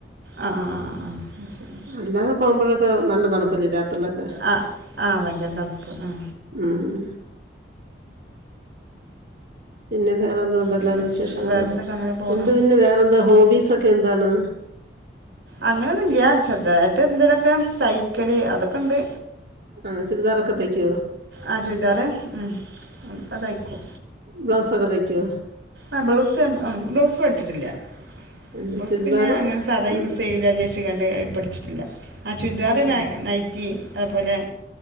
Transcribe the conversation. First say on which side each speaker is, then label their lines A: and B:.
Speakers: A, on the right; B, on the right.
A: ആ ആ ആ ആ ശരി
B: അല്ലാതെ പോകുമ്പോഴൊക്കെ നല്ല തണുപ്പല്ലേ രാത്രിലൊക്കെ
A: ആ ആ
B: <inaudible>
A: ഭയങ്കര തണുപ്പ് ആ
B: ഉം ഉം പിന്നെ വേറെ എന്തോ ഉണ്ടല്ലാത്
A: പിന്നെ
B: വിശേഷങ്ങള്
A: വേറെന്തൊക്കെ അങ്ങനെ പോകണം
B: എന്ത് പിന്നെ വേറെ എന്താ ഹോബീസ് ഒക്കെ എന്താണ്
A: അങ്ങനെയൊന്നുംല്ല്യ ചെറ്തായിട്ട് എന്തേലൊക്കെ തയ്ക്കല് അതൊക്കെണ്ട്
B: ആഹ് ചുരിതാറാെക്കെ തയ്ക്കോ
A: ആഹ് ചുര്താറ് ഉം ഉംക്കെ തയ്ക്കും
B: ബ്ലൗസൊക്കെ തയ്ക്കോ
A: ആഹ് ബ്ലൗസ് ഉം ബ്ലൗസ് പട്ച്ച്ട്ടില്ല
B: എന്ത്
A: ബ്ലൗസ്
B: ചുരിദാറ്
A: പിന്നെ അങ്ങനെ സാധാ
B: ഉം
A: യൂസെയ്യൂല്ലാചെര് ച്ച്കാണ്ട് പഠ്ച്ച്ട്ടില്ല ആ ചുരിദാറ്
B: ആഹ്
A: മാക് നൈറ്റി താപോലെ